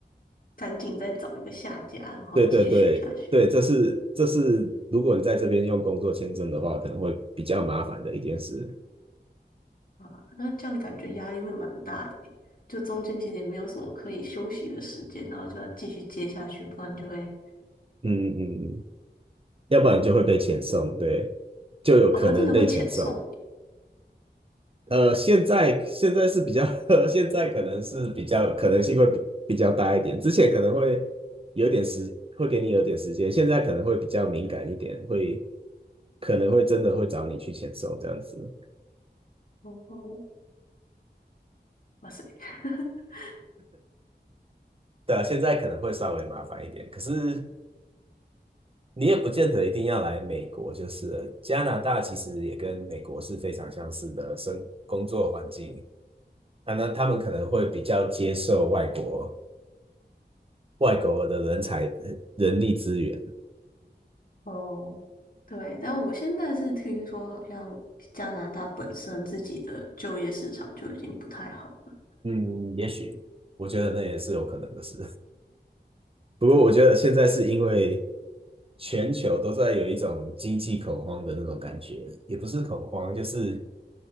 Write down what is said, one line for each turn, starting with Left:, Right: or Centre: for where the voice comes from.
Left: 赶紧再找一个下家，然后接续下去。
Right: 对对对对，这是这是如果你在这边用工作签证的话，可能会比较麻烦的一件事。
Left: 啊，那这样感觉压力会蛮大的欸就中间其实也没有什么可以休息的时间，然后就要继续接下去，不然就会，
Right: 嗯嗯嗯，嗯要不然你就会被遣送，
Left: 嗯，
Right: 对，就有可能被遣送。
Left: 哦，他真的会遣送你
Right: 呃，现在现在是比较，<laughs> 现在可能是比较可能性会比比较大一点，之前可能会有点时，会给你有点时间，现在可能会比较敏感一点，会可能会真的会找你去遣送这样子。
Left: 哦哦，哇塞，<laughs>
Right: 对啊，现在可能会稍微麻烦一点，可是你也不见得一定要来美国，就是了加拿大其实也跟美国是非常相似的生工作环境，那那他们可能会比较接受外国外国的人才人力资源，
Left: 哦，对，但我现在是听说好像加拿大本身自己的就业市场就已经不太好了，
Right: 嗯，也许我觉得那也是有可能的事。<laughs> 不过我觉得现在是因为全球都在有一种经济恐慌的那种感觉，也不是恐慌，就是